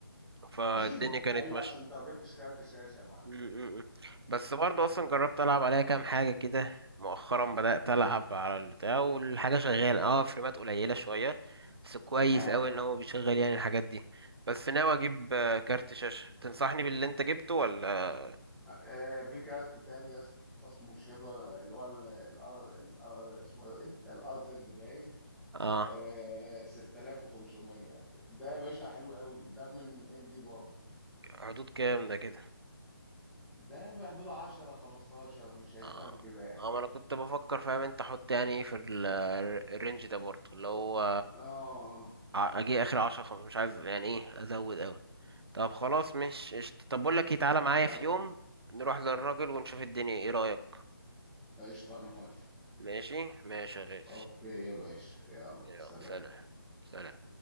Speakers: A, on the right; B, in the centre.
A: فالدنيا
B: <coughs> <clears throat>
A: كانت
B: ايوه
A: ماشية
B: عشان انت ما جبتش كارت شاشه يا معلم
A: م- م- بس برضه اصلا جربت العب عليها كام حاجه كده مؤخرا بدات العب
B: امم
A: على البتاع والحاجه شغاله اه فريمات قليله شويه بس كويس
B: اه
A: قوي ان هو بيشغل يعني الحاجات دي بس ناوي اجيب آه، كارت شاشه تنصحني باللي انت جبته ولا
B: آه في كارت تاني يا اسطى اسمه شيبر اللي هو ال ال ال اسمه ايه الار زد باين
A: اه
B: آه 6500 ده يا باشا حلو قوي ده من ام دي برضه
A: حدود كام ده كده
B: ده في حدود 10 15 مش هيزيد
A: اه
B: عن كده يعني
A: اه ما انا كنت بفكر فاهم انت احط يعني ايه في ال- الرينج ده برضه اللي هو
B: اه آه.
A: ع- اجي اخر عشرة خمسة مش عايز يعني ايه ازود طب خلاص مش قشطة طب بقول لك إيه، تعالى معايا
B: لو
A: في يوم نروح للراجل ونشوف الدنيا ايه رأيك
B: قشطه انا موافق
A: ماشي ماشي يا غالي
B: اوكي يا باشا يلا
A: يلا
B: سلام
A: سلام سلام